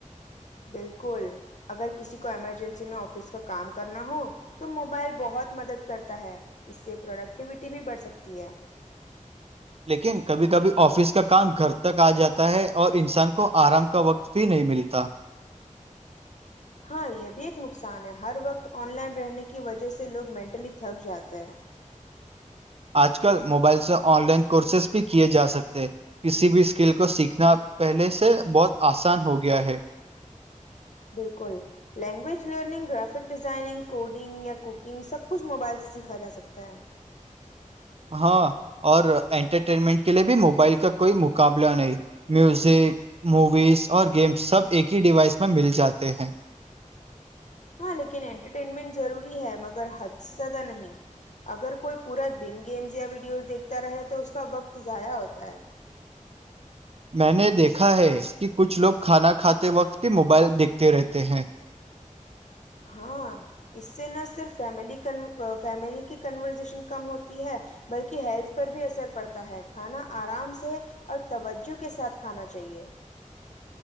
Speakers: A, on the left; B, on the right.
A: بالکل اگر کسی کو ایمرجنسی میں آفس کا کام کرنا ہو تو موبائل بہت مدد کرتا ہے اس سے پروڈکٹیوٹی بھی بڑھ سکتی ہے
B: لیکن کبھی کبھی آفس کا کام گھر تک آ جاتا ہے اور انسان کو آرام کا وقت بھی نہیں ملتا
A: ہاں یہ بھی ایک نقصان ہے ہر وقت آن لائن رہنے کی وجہ سے لوگ مینٹلی تھک جاتے ہیں
B: آج کل موبائل سے آن لائن کورسز بھی کیے جا سکتے کسی بھی اسکل کو سیکھنا پہلے سے بہت آسان ہو گیا ہے
A: بالکل language learning graphic designing coding یا کوکنگ سب کچھ موبائل سے سیکھا جا سکتا ہے
B: ہاں اور انٹرٹینمنٹ کے لیے بھی موبائل کا کوئی مقابلہ نہیں میوزک موویز اور گیمس سب ایک ہی ڈیوائس میں مل جاتے ہیں
A: ہاں لیکن انٹرٹینمنٹ ضروری ہے مگر حد سے زیادہ نہیں اگر کوئی پورا دن گیمز یا ویڈیوز دیکھتا رہے تو اس کا وقت ضائع ہوتا ہے
B: میں نے دیکھا ہے کہ کچھ لوگ کھانا کھاتے وقت بھی موبائل دیکھتے رہتے ہیں
A: ہاں اس سے نہ صرف فیملی فیملی کی کنورزیشن کم ہوتی ہے بلکہ ہیلتھ پر بھی اثر پڑتا ہے کھانا آرام سے اور توجہ کے ساتھ کھانا چاہیے